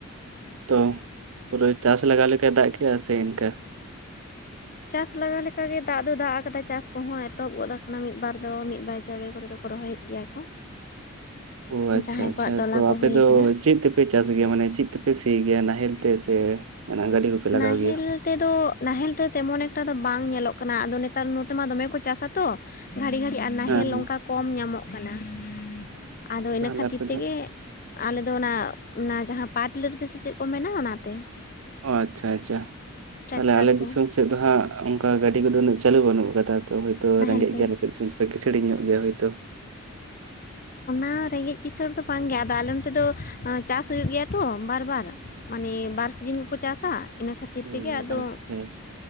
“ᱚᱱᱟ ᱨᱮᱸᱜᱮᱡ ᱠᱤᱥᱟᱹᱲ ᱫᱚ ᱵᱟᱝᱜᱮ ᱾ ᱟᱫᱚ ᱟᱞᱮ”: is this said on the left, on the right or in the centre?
Left